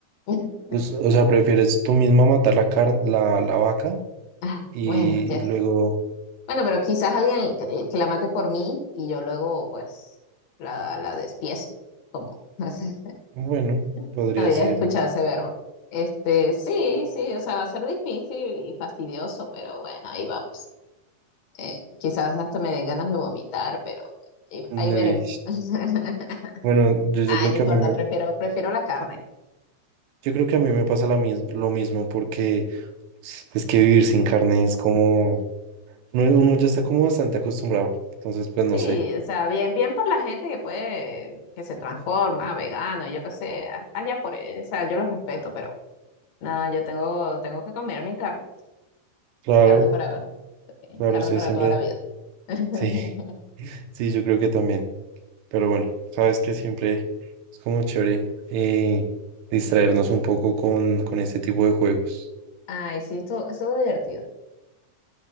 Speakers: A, on the left; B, on the right.
A: <laughs>
B: pues, o sea, prefieres tú misma matar la carne, la, la vaca
A: Ah,
B: y
A: bueno, ya.
B: luego,
A: Bueno, pero quizás alguien que, que la mate por mí y yo luego, pues, la, la despiezo. Como, <laughs> no sé,
B: bueno, podría
A: no había
B: ser.
A: escuchado ese verbo. Este, sí, sí, o sea, va a ser difícil y fastidioso, pero bueno, ahí vamos. Eh, quizás hasta me den ganas de vomitar, pero ahí,
B: Uy,
A: ahí veremos. <laughs>
B: Bueno, yo, yo
A: Ay,
B: creo que
A: no importa,
B: a mí me,
A: prefiero, prefiero la carne.
B: yo creo que a mí me pasa la mis- lo mismo porque es que vivir sin carne es como, uno uno ya está como bastante acostumbrado, entonces pues no
A: Sí,
B: sé.
A: o sea, bien, bien por la gente que puede, que se transforma, vegano, y yo qué sé, a- allá por él, o sea, yo los respeto, pero nada, yo tengo, tengo que comer mi carne,
B: Claro.
A: carne para, eh,
B: Claro,
A: carne
B: usted
A: para
B: siempre,
A: toda la vida. <laughs>
B: sí, <laughs> sí, yo creo que también. Pero bueno, sabes que siempre es como chévere eh, distraernos un poco con, con este tipo de juegos.
A: Ay, sí, estuvo, estuvo divertido.